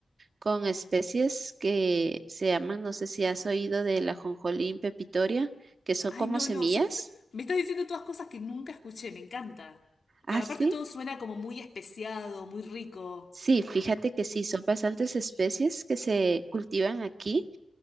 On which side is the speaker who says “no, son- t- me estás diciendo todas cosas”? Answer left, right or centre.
Left